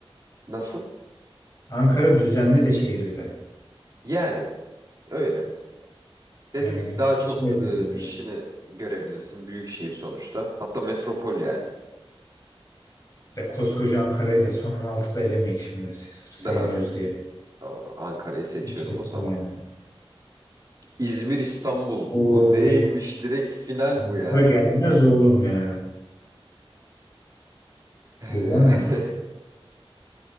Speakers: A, on the right (about 40°); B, on the left (about 35°).
A: Nasıl?
B: Ankara düzenli de şehir bir de.
A: Yani öyle. Dediğim
B: Yani
A: gibi daha
B: seçilebilir.
A: çok eee, işini
B: evet.
A: görebilirsin büyük şehir sonuçta. Hatta metropol yani.
B: Ya koskoca Ankara'yı da sonun altıda elemeyik şimdi. Sırf sevmiyoruz
A: Doğru.
B: diye.
A: Doğru. Ankara'yı seçiyorum
B: Hiç kesin
A: o zaman.
B: ya.
A: İzmir İstanbul.
B: Oo,
A: Bu neymiş? Direkt final
B: bu
A: bu yani.
B: da gelmez oğlum ya.
A: <laughs>
B: Görüyor musun?